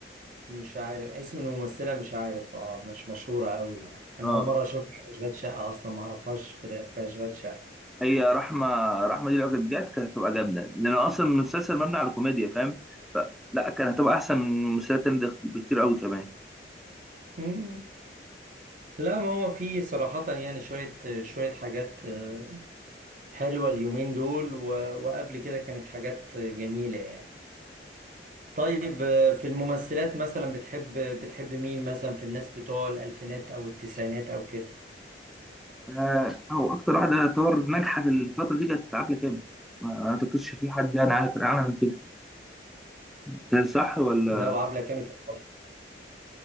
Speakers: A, on the right; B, in the centre.
A: مش عارف اسم الممثلة مش عارف اه مش مشهورة قوي يعني انا
B: اه
A: اول مرة اشوف اشغال شقة اصلا ما اعرفهاش غير في اشغال شقة
B: هي رحمة رحمة دي لو كانت جت كانت هتبقى جامدة لأن أصلا المسلسل مبني على كوميديا فاهم فلا كانت هتبقى أحسن من المسلسلات التانية ده بكتير أوي كمان
A: مم. لا ما هو في صراحة يعني شوية شوية حاجات آه، حلوة اليومين دول و... وقبل كده كانت حاجات جميلة يعني طيب آه، في الممثلات مثلا بتحب بتحب مين مثلا في الناس بتوع الألفينات أو التسعينات أو كده
B: آه، هو أكتر واحدة يعتبر ناجحة في الفترة دي كانت عبلة كامل ما أعتقدش في حد يعني عارف عنها من كده بتهيألي صح ولا
A: لا وعبلة كامل كانت فظيعة.